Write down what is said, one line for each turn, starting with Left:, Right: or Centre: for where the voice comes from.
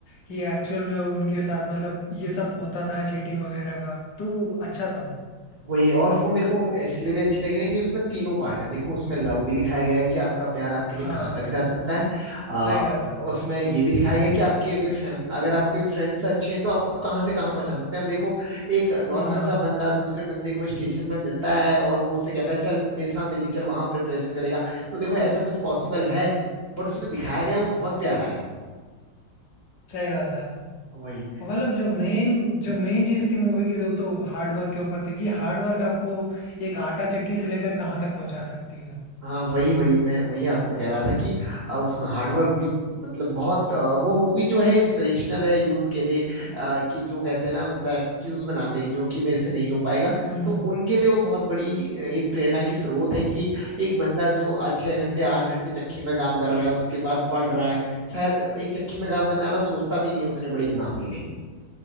Left: कि एक्चुअल में उनके साथ मतलब ये सब होता था चीटिंग वगैरह का तो वो अच्छा था
Right: वही और वो मेरे को इसलिए भी अच्छी लगी ना कि उसमें तीनों पार्ट हैं देखो उसमें लव भी दिखाया गया है कि आपका प्यार आपके लिए
Left: हाँ
Right: कहाँ तक जा सकता है आ,
Left: सही बात है
Right: उसमें ये भी दिखाया गया है कि आपकी अगर फैम अगर आपके फ्रेंड्स अच्छे हैं तो आपको कहाँ से कहाँ पहुंचा सकते हैं अब देखो एक नॉर्मल
Left: हाँ
Right: सा बंदा दूसरे बंदे को स्टेशन में मिलता है और वो उससे कहता है चल मेरे साथ दिल्ली चल वहां प्रिपरेशन करेगा तो देखो ऐसा कुछ पॉसिबल है बट उसमें दिखाया गया है, वो बहुत प्यारा है
Left: सही बात है
Right: वही
Left: और मतलब जो मेन जो मेन चीज थी मूवी की जो तो हार्डवर्क के ऊपर थी कि हार्डवर्क आपको एक आटा चक्की से लेकर कहाँ तक पहुंचा सकती है
Right: हाँ वही वही मैं वही आपको कह रहा था कि अ, उसमें हार्डवर्क भी मतलब बहुत अ, वो मूवी जो है इंस्पिरेशनल है यूथ के लिए अ, कि जो कहते हैं ना मतलब एक्सक्यूज बनाते हैं जो कि मेरे से नहीं हो पाएगा
Left: हम्म
Right: तो उनके लिए वो बहुत बड़ी अ, एक प्रेरणा की स्रोत है कि एक बंदा जो आज छह घंटे आठ घंटे चक्की में काम कर रहा है उसके बाद पढ़ रहा है शायद एक चक्की में काम करने वाला सोचता भी नहीं है उतने बड़े एग्जाम के लिए